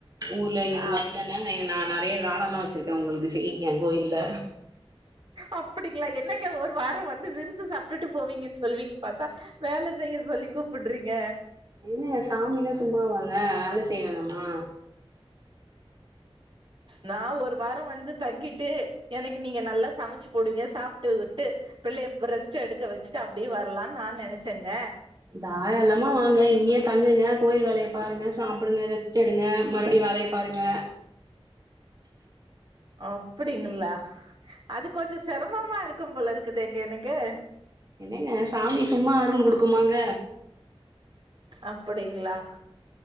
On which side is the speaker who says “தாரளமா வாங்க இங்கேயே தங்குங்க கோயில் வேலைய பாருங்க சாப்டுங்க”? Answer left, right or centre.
Right